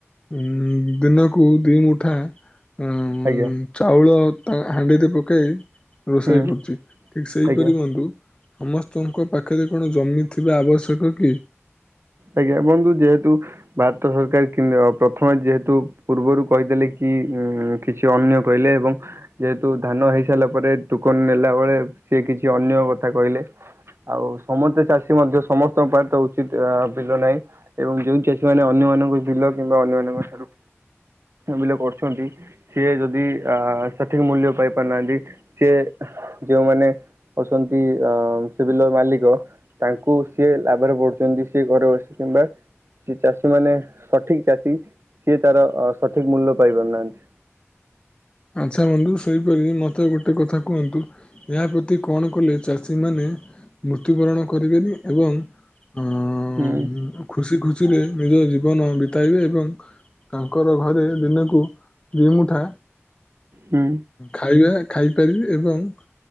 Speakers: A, on the left; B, on the right.
A: ଉ ଦିନକୁ ଦି ମୁଠା ଉ
B: ଆଜ୍ଞା
A: ଚାଉଳ ତା ହାଣ୍ଡିରେ ପକେଇ ରୋଷେଇ
B: ହୁଁ
A: କରୁ ଠିକ ସେହିପରି
B: ଆଜ୍ଞା
A: ବନ୍ଧୁ ସମସ୍ତଙ୍କ ପାଖରେ କଣ ଜମି ଥିବା ଆବଶ୍ୟକ କି?
B: ଆଜ୍ଞା ବନ୍ଧୁ, ଯେହେତୁ ଭାରତ ସରକାର କି ପ୍ରଥମେ ଯେହେତୁ ପୂର୍ବରୁ କହିଦେଲେ କି, ଉ କିଛି ଅନ୍ୟ କହିଲେ ଏବଂ ଯେହେତୁ ଧାନ ହେଇସାରିଲା ପରେ ଟୋକନ ନେଲା ବେଳେ ସିଏ କିଛି ଅନ୍ୟ କଥା କହିଲେ। ଆଉ ସମସ୍ତେ ଚାଷୀ ମଧ୍ୟ ସମସ୍ତଙ୍କ ପାଇଁ ତ ଉଚିତ ଅ ବିଲ ନାହିଁ, ଏବଂ ଯୋଉ ଚାଷୀ ମାନେ ଅନ୍ୟମାନଙ୍କୁ ବିଲ କିମ୍ବା ଅନ୍ୟମାନଙ୍କ ଠାରୁ ବିଲ କରୁଛନ୍ତି, ସିଏ ଯଦି ଅ ସଠିକ ମୂଲ୍ୟ ପାଇ ପାରୁନାହାନ୍ତି। ସିଏ ଯୋଉମାନେ ଅଛନ୍ତି ଅ ସେ ବିଲର ମାଲିକ, ତାଙ୍କୁ ସିଏ ଲାଭରେ ପଢୁଛନ୍ତି। ସେଏ ଘ ବସି କିମ୍ବା ସେ ଚାଷୀ ମାନେ, ସଠିକ ଚାଷୀ ସିଏ ତାର ସଠିକ୍ ମୂଲ୍ୟ ପାଇପାରୁନାହାନ୍ତି।
A: ଆଚ୍ଛା ବନ୍ଧୁ ସେହିପରିି ମୋତେ ଗୋଟେ କଥା କୁହନ୍ତୁ, ଏହା ପ୍ରତି କଣ କଲେ ଚାଷୀ ମାନେ ମୃତ୍ୟୁବରଣ କରିବେନି, ଏବଂ ହଁ।
B: ହଁ।
A: ଖୁସି ଖୁସିରେ ନିଜ ଜୀବନ ବିତାଇବେ ଏବଂ ତାଙ୍କର ଘରେ ଦିନକୁ ଦୁଇ ମୁଠା
B: ହୁଁ।
A: ଖାଇବା ଖାଇପାରିବେ ଏବଂ